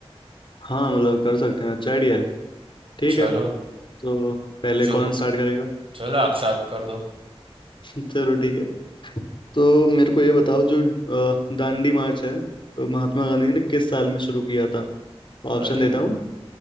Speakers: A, on the left; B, on the right.
A: हाँ मतलब कर सकते हैं अच्छा आइडिया है ठीक
B: चलो
A: है तो पहले
B: शुरू
A: कौन स्टार्ट करेगा
B: चलो आप शायद कर दो
A: <laughs> चलो ठीक है तो मेरे को ये बताओ जो अ, दांडी मार्च है अ, महात्मा गांधी ने किस साल में शुरू किया था ऑप्शन
B: अरे
A: देता
B: वाह,
A: हूँ